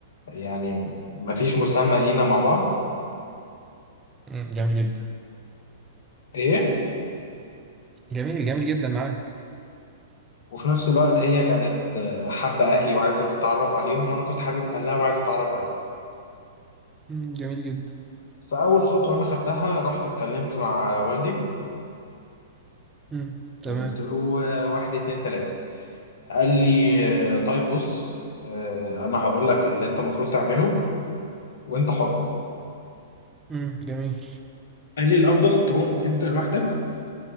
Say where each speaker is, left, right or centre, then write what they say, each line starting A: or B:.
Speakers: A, on the left; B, on the right.
A: يعني مفيش مسمى لينا مع بعض
B: مم، جميل جدا
A: ايه
B: جميل جميل جدا معاك
A: وفي نفس الوقت هي كانت آه، حابه اهلي وعايزه تتعرف عليهم وانا كنت حابب اهلها وعايزه اتعرف عليهم
B: مم، جميل جدا
A: فاول خطوه انا خدتها رحت اتكلمت مع والدي
B: مم،
A: وقلت
B: تمام
A: له آه، واحد اتنين تلاته قال لي آه، طيب بص آه، انا هقول لك اللي انت المفروض تعمله وانت حر
B: مم، جميل
A: قال لي الافضل تروح انت لوحدك